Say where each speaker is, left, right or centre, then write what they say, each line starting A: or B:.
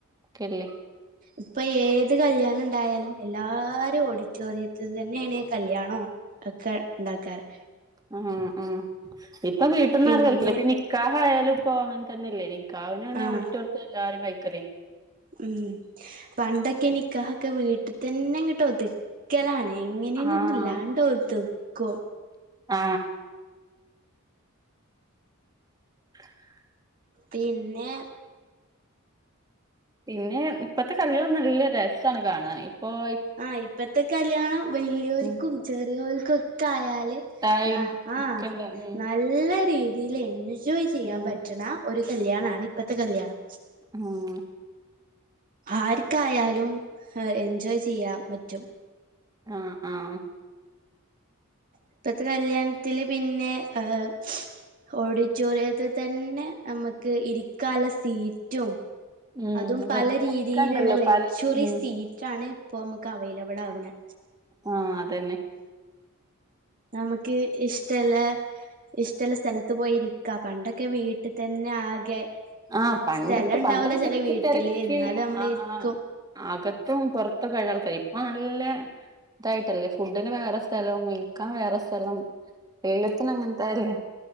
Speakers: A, on the right (about 20°); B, on the right (about 40°).
A: ഒക്കെല്ലേ.
B: ഇപ്പൊ ഏത് കല്യാണം ഇണ്ടായാലും എല്ലാരും ഓഡിറ്റോറിയത്തി അത് തന്നെയാണ് കല്ല്യാണോ അ ക്കെ ഉണ്ടാക്കാറ്
A: മം മം ഇപ്പൊ വീട്ടന്നും
B: പിന്നെ
A: ആരും കഴിക്കില്ല. നിക്കാഹായാലും ഇപ്പ അങ്ങനെ തന്നെല്ലേ കാവ്ന് വന്നെ
B: ആഹ്
A: ഓഡിറ്റോറിയത്തിന് എല്ലാരും വയ്ക്കലെ
B: ഉം പണ്ടൊക്കെനിക്കഹോക്കെ വീട്ട് തന്നെങ്ങിട്ടോതു ക്കലാണ് എങ്ങനെയൊന്നുമില്ല
A: ആഹ്
B: ഇല്ലാണ്ടോതുക്കും.
A: ആ <inaudible>
B: പിന്നെ
A: പിന്നെ ഇപ്പത്തെ കല്യാണല്ലാം നല്ല രസമാണ് കാണാൻ. ഇപ്പോൾ
B: ആ ഇപ്പത്തെ കല്യാണം വലിയോർക്കും
A: ഉം
B: ചെറിയോൽക്കും ഓക്കെ ആയാല്
A: അയിം
B: ന ആഹ്
A: കണ്ട ഉം
B: നല്ല രീതിയിൽ എൻജോയ് ചെയ്യാൻ
A: ഉം
B: പറ്റണ ഒരു കല്യാണണ് ഇപ്പത്തെ കല്യാണം.
A: ഉം
B: ആര്ക്കായാലും എൻജോയ് ചെയ്യാൻ പറ്റും.
A: ആഹ് ആഹ്
B: ഇപ്പത്തെ കല്യാണത്തില് പിന്നെ ഏഹ് ഓഡിറ്റോറിയത്തിൽ തന്നെ നമുക്ക് ഇരിക്കാള്ള സീറ്റും
A: ഉം
B: അതും
A: അതന്നെ
B: പല രീതിയിലുള്ള
A: ഒക്കെ ഉണ്ടല്ലോ
B: ലക്സ്വറി
A: പല ഉം
B: സീറ്റ് റ്റാണ് ഇപ്പൊ നമ്മക്ക് അവൈലബിളാവുന്നേ
A: ആഹ് അതന്നെ
B: നമക്ക് ഇഷ്ടള്ള ഇഷ് ട്ടല്ല സ്ഥലത്ത് പോയി ഇരിക്ക. പണ്ടൊക്കെ വീട്ടിൽ തന്നെ ആകെ
A: ആഹ് പണ്ടത്തെ
B: സ്ഥലം ഉണ്ടാവൂല
A: പണ്ടൊക്കെ
B: ചെല
A: തിക്കിതിരക്കി
B: വീട്ടില് എന്നാലും നമ്മള്
A: ഹ്
B: ഇരിക്കും
A: അകത്തും പൊറത്തകഴുകണാൾക്കാര് ഇപ്പോ നല്ലെ തായ് ട്ടല്ലേ ഫുഡിന് വേറെ സ്ഥലം ഇരിക്കാൻ വേറെ സ്ഥലം വെയിലത്ത്‌ നിന്നിട്ടാല്ലേ